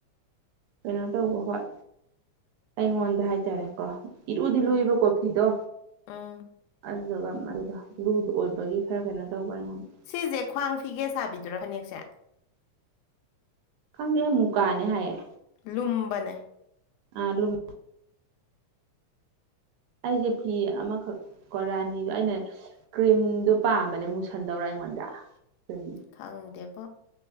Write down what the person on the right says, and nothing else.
ꯀꯩꯅꯣ ꯇꯧꯕ ꯍꯣꯏ ꯑꯩꯉꯣꯟꯗ ꯍꯥꯏꯇꯥꯔꯦꯀꯣ ꯏꯔꯨꯗꯤ ꯂꯨꯏꯕꯀꯣ
ꯐꯤꯗꯣ
ꯑꯗꯨꯗꯨꯒ <unintelligible> ꯚꯂꯨꯒ ꯑꯣꯏꯕꯒꯤ ꯈꯔ ꯀꯩꯅꯣ ꯇꯧꯕ ꯑꯩꯉꯣꯟꯗ
ꯈꯪꯗꯦ ꯃꯨꯀꯥꯅꯦ ꯍꯥꯏꯌꯦ
ꯑꯥ ꯂꯨꯝ ꯑꯩꯁꯦ ꯐꯤ ꯑꯃꯈꯛ ꯀꯣ ꯔꯥꯅꯤꯗꯣ ꯑꯩꯅ ꯀ꯭ꯔꯤꯝꯗꯣ ꯄꯥꯝꯕꯅꯦ ꯃꯨꯁꯟꯗꯧꯔꯥ ꯑꯩꯉꯣꯟꯗ ꯀ꯭ꯔꯤꯝ